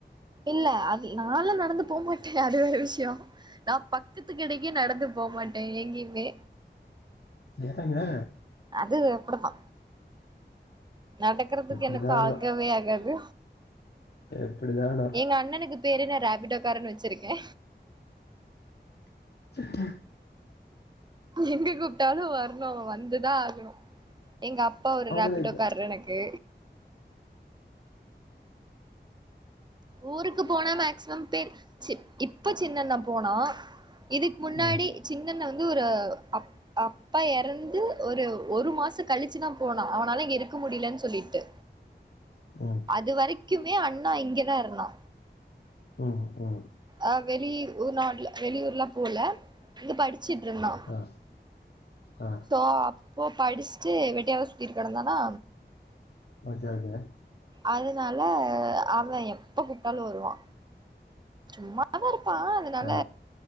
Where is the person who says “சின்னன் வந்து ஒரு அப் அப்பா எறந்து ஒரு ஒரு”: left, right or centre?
Right